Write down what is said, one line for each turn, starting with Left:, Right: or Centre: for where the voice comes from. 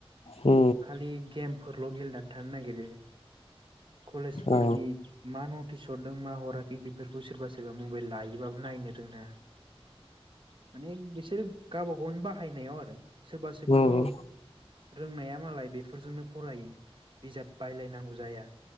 Left: औ
Right: खालि गेम फोरल' गेलेनानै थानो नागिरो कलेजफोरनि
Left: औ
Right: मा नटिस हरदोंमोन मा हराखै बेफोरखौ सोरबा सोरबा मबाइल लायोबाबो नायनो रोङा माने बिसोर गावबा गावनि बाहायनायाव आरो सोरबा सोरबाथ'
Left: उम
Right: रोंनाया मालाय बेफोरजोंनो फरायो बिजाब बायलायनांगौ जाया